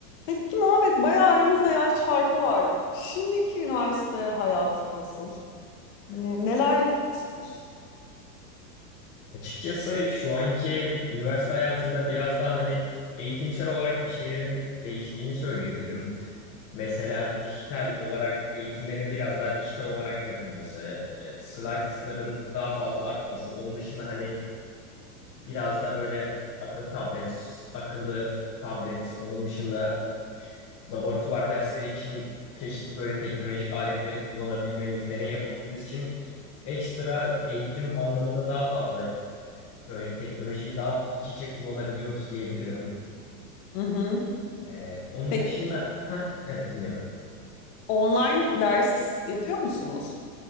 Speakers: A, on the left; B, on the left.
A: Peki Muhammed bayağı aramızda yaş farkı var. Şimdiki üniversite hayatı nasıl?
B: Hmm.
A: Hani neler yapıyorsunuz?
B: Açıkçası şu anki üniversite hayatında biraz daha hani eğitimsel olarak bir şeylerin değiştiğini söyleyebilirim. Mesela dijital olarak eğitimlerin biraz daha dijital olarak yapılması, e, slaytların daha fazla artması, onun dışında hani biraz da böyle akıllı tablet, akıllı tablet, onun dışında laboratuvar dersleri için çeşitli böyle teknolojik aletleri kullanabilmemiz, deney yapabilmemiz için ekstra eğitim anlamında daha fazla Böyle teknolojiyi daha iç içe kullanabiliyoruz diyebilirim.
A: Hı hı.
B: Ee, onun
A: Peki
B: dışında, ha evet dinliyorum.
A: online ders yapıyor musunuz?